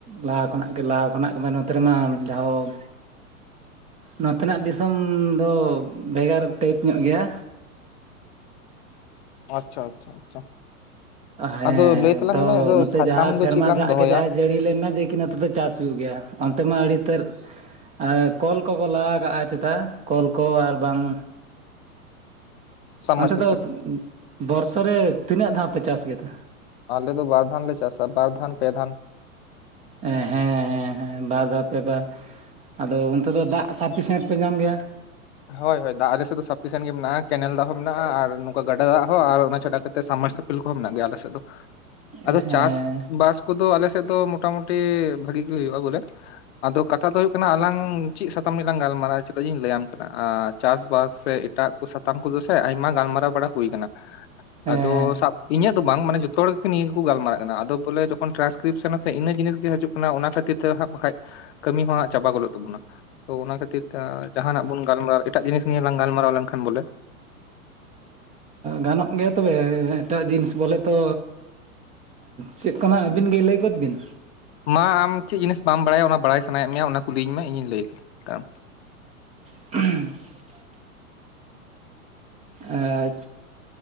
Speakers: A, on the right; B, on the left.
A: ᱞᱟᱦᱟ ᱠᱷᱚᱱᱟᱜ ᱜᱮ ᱞᱟᱦᱟ ᱠᱷᱚᱱᱟᱜ ᱜᱮ ᱱᱚᱛᱮ ᱨᱮᱢᱟ ᱡᱟᱦᱚᱸ᱾ ᱱᱚᱛᱮᱱᱟᱜ ᱫᱤᱥᱚᱢ ᱫᱚ ᱵᱷᱮᱜᱟᱨ ᱴᱟᱭᱤᱯ ᱧᱚᱜ ᱜᱮᱭᱟ᱾
B: ᱟᱪᱪᱷᱟ ᱟᱪᱪᱷᱟ ᱟᱪᱪᱷᱟ᱾
A: ᱦᱮᱸ
B: ᱟᱫᱚ ᱞᱟᱹᱭ ᱛᱟᱞᱟᱝ
A: ᱛᱚ
B: ᱢᱮ ᱟᱫᱚ
A: ᱱᱚᱛᱮ
B: ᱥᱟᱛᱟᱢ
A: ᱡᱟᱦᱟᱸ
B: ᱫᱚ
A: ᱥᱮᱨᱢᱟ
B: ᱪᱮᱫ ᱞᱟᱝ
A: ᱫᱟᱜ
B: ᱫᱚᱦᱚᱭᱟ
A: ᱜᱮ ᱡᱟᱦᱟᱸ᱾ ᱡᱟᱹᱲᱤ ᱞᱮᱱᱱᱟ ᱡᱮ ᱠᱤ ᱱᱚᱛᱮ ᱫᱚ ᱪᱟᱥ ᱦᱩᱭᱩᱜ ᱜᱮᱭᱟ ᱚᱱᱛᱮ ᱢᱟ ᱟᱹᱲᱤᱛᱟᱹᱨ᱾ ᱟᱨ ᱠᱚᱞ ᱠᱚᱠᱚ ᱞᱟ ᱠᱟᱜᱼᱟ ᱪᱮᱛᱟ ᱠᱚᱞ ᱠᱚ ᱟᱨᱵᱟᱝ᱾
B: ᱥᱟᱵᱢᱟᱨᱥᱤᱵᱮᱞ
A: ᱚᱱᱛᱮ ᱫᱚ ᱵᱚᱨᱥᱚ ᱨᱮ ᱛᱤᱱᱟᱹᱜ ᱫᱷᱟᱣ ᱯᱮ ᱪᱟᱥ ᱜᱮ ᱠᱮᱫᱟ
B: ᱟᱞᱮ ᱫᱚ ᱵᱟᱨ ᱫᱷᱟᱱ ᱞᱮ ᱪᱟᱥᱟ ᱵᱟᱨᱫᱷᱟᱱ ᱯᱮ ᱫᱷᱟᱱ᱾
A: ᱦᱮᱸ ᱦᱮᱸ ᱵᱟᱨ ᱫᱷᱟᱣ ᱯᱮ ᱵᱟᱨ ᱟᱫᱚ ᱚᱱᱛᱮ ᱫᱚ ᱫᱟᱜ ᱥᱟᱯᱷᱤᱥᱮᱱᱴ ᱯᱮ ᱧᱟᱢ ᱜᱮᱭᱟ᱾
B: ᱦᱳᱭ ᱦᱳᱭ ᱫᱟᱜ ᱟᱞᱮᱥᱮᱫ ᱫᱚ ᱥᱟᱯᱷᱤᱥᱮᱱ ᱜᱮ ᱢᱮᱱᱟᱜᱼᱟ ᱠᱮᱱᱮᱞ ᱫᱟᱜ ᱦᱚᱸ ᱢᱮᱱᱟᱜᱼᱟ ᱟᱨ ᱱᱚᱝᱠᱟ ᱜᱟᱰᱟ ᱫᱟᱜ ᱦᱚᱸ ᱟᱨ ᱚᱱᱟ ᱪᱷᱟᱰᱟ ᱠᱟᱛᱮ ᱥᱟᱢᱢᱟᱨᱥᱮᱞ᱾ ᱤᱞ <unintelligible> ᱠᱚᱦᱚᱸ ᱢᱮᱱᱟᱜ ᱜᱮᱭᱟ ᱟᱞ ᱥᱮᱫ ᱫᱚ ᱟᱫᱚ
A: ᱦᱮᱸ
B: ᱪᱟᱥ ᱵᱟᱟᱥ᱾ ᱠᱚᱫᱚ ᱟᱞᱮᱥᱮᱫ ᱫᱚ ᱢᱚᱴᱟᱢᱩᱴᱤ ᱵᱷᱟᱜᱤ ᱜᱮ ᱦᱩᱭᱩᱜᱼᱟ ᱵᱚᱞᱮ᱾ ᱟᱫᱚ ᱠᱟᱛᱷᱟ ᱫᱚ ᱦᱩᱭᱩᱜ ᱠᱟᱱᱟ ᱟᱞᱟᱝ ᱪᱮᱫ ᱥᱟᱛᱟᱢ ᱨᱮ ᱜᱟᱞᱢᱟᱨᱟᱼᱟ ᱪᱮᱫᱟᱜ ᱤᱧ ᱞᱟᱹᱭᱟᱢ᱾ ᱪᱟᱥᱵᱟᱥ ᱥᱮ ᱮᱴᱟᱜ ᱠᱚ ᱥᱟᱛᱟᱢ ᱠᱚᱫᱚ ᱥᱮ ᱟᱭᱢᱟ ᱜᱟᱞᱢᱟᱨᱟᱣ ᱵᱟᱲᱟ ᱦᱩᱭ ᱟᱠᱟᱱᱟ᱾
A: ᱦᱮᱸ
B: ᱟᱫᱚ ᱥᱟᱵ ᱤᱧᱟᱹᱜ᱾ ᱵᱟᱝ ᱢᱟᱱᱮ ᱡᱚᱛᱚ ᱦᱚᱲ ᱜᱮ ᱱᱤᱭᱟᱹ ᱜᱮᱠᱚ ᱜᱟᱞᱢᱟᱨᱟᱜ ᱠᱟᱱᱟ ᱟᱫᱚ ᱵᱚᱞᱮ ᱡᱚᱠᱦᱚᱱ ᱴᱨᱥᱠᱨᱤᱯᱥᱚᱱᱟ ᱥᱮ ᱤᱱᱟᱹ ᱡᱤᱱᱤᱥ ᱜᱮ ᱦᱤᱡᱩᱜ ᱚᱱᱟ ᱚᱱᱟ ᱠᱷᱟᱹᱛᱤᱨ ᱛᱮ ᱦᱟᱸᱜ ᱵᱟᱠᱷᱟᱡ ᱠᱟᱹᱢᱤ ᱦᱚᱸ ᱦᱟᱸᱜ ᱪᱟᱵᱟ ᱜᱚᱫᱚᱜ ᱛᱟᱵᱚᱱᱟ ᱛᱚ ᱚᱱᱟ ᱠᱷᱟᱹᱛᱤᱨ᱾ <unintelligible> ᱡᱟᱦᱱᱟᱜ ᱵᱚᱱ ᱜᱟᱞᱢᱟᱨᱟᱣ ᱮᱴᱟᱜ ᱡᱤᱱᱤᱥ ᱱᱤᱭᱮ ᱞᱟᱝ ᱜᱟᱞᱢᱟᱨᱟᱣ ᱞᱮᱱᱠᱷᱟᱱ ᱵᱚᱞᱮ᱾
A: ᱜᱟᱱᱚᱜ ᱜᱮᱭᱟ ᱛᱚᱵᱮ ᱮᱴᱟᱜ ᱡᱤᱱᱤᱥ ᱵᱚᱞᱮ ᱛᱚ᱾ ᱪᱮᱫ ᱠᱚ ᱱᱟᱦᱟᱜ ᱟᱹᱵᱤᱱ ᱜᱮ ᱞᱟᱹᱭ ᱜᱚᱫ ᱵᱤᱱ᱾
B: ᱢᱟ ᱟᱢ ᱪᱮᱫ ᱡᱤᱱᱤᱥ ᱵᱟᱢ ᱵᱟᱲᱟᱭᱟ ᱚᱱᱟ ᱵᱟᱲᱟᱭ ᱥᱟᱱᱟᱭᱮᱫ ᱢᱮᱭᱟ ᱚᱱᱟ ᱠᱩᱞᱤᱧ ᱢᱮ ᱤᱧᱤᱧ ᱞᱟᱹᱭ ᱠᱟᱱ᱾
A: <unintelligible> ᱮᱡ‌